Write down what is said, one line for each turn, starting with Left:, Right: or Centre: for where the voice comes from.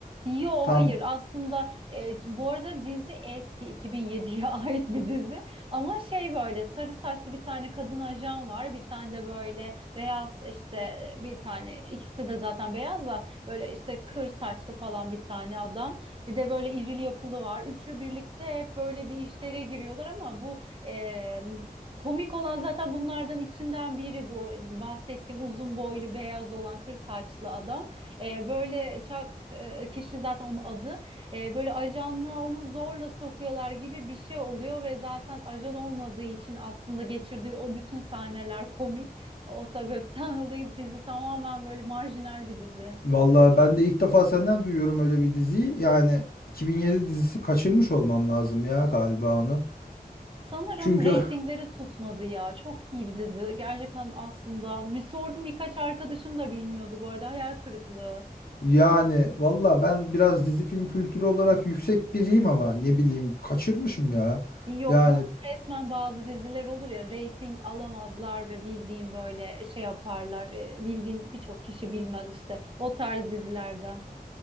Right: Yo
Left: Tam
Right: hayır aslında e, bu arada dizi eski 2007'ye <laughs> ait bir dizi ama şey böyle sarı saçlı bir tane kadın ajan var bir tane de böyle beyaz işte e, bir tane ikisi de zaten beyaz da böyle işte kır saçlı falan bir tane adam bir de böyle irili yapılı var üçü birlikte hep böyle bir işlere giriyorlar ama bu e, komik olan zaten bunlardan içinden biri bu bahsettiğim uzun boylu beyaz olan kır saçlı adam. E, böyle ça- e, kişi zaten onun adı. E, böyle ajanlığa onu zorla sokuyorlar gibi bir şey oluyor ve zaten ajan olmadığı için aslında geçirdiği o bütün sahneler komik. O sebepten <laughs> dolayı dizi tamamen böyle marjinal bir dizi.
Left: vallahi ben de ilk defa senden duyuyorum öyle bir diziyi. Yani 2007 dizisi kaçırmış olmam lazım ya galiba onu.
Right: Sanırım
Left: Çünkü
Right: reytingleri tutmadı ya. Çok iyi bir dizi. Gerçekten aslında bir sordum birkaç arkadaşım da bilmiyordu bu arada. Hayal kırıklığı.
Left: <laughs> yani valla ben biraz dizi film kültürü olarak yüksek biriyim ama ne bileyim kaçırmışım ya.
Right: Yok
Left: Yani
Right: bu resmen bazı diziler olur ya reyting alamazlar ve bildiğin böyle şey yaparlar. e, Bildiğin birçok kişi bilmez işte o tarz dizilerden.